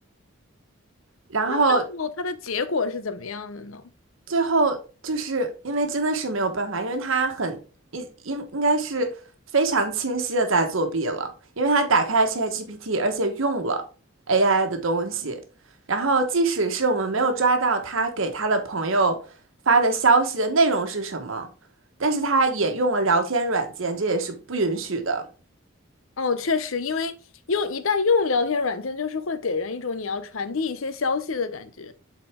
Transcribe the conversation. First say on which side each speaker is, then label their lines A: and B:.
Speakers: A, on the right; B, on the left.
A: 然后
B: 那最后他的结果是怎么样的呢？
A: 最后就是因为真的是没有办法，因为他很应应应该是非常清晰的在作弊了，因为他打开了 ChatGPT，而且用了 AI 的东西。然后即使是我们没有抓到他给他的朋友发的消息的内容是什么，但是他也用了聊天软件，这也是不允许的。
B: 哦，确实，因为用一旦用聊天软件，就是会给人一种你要传递一些消息的感觉。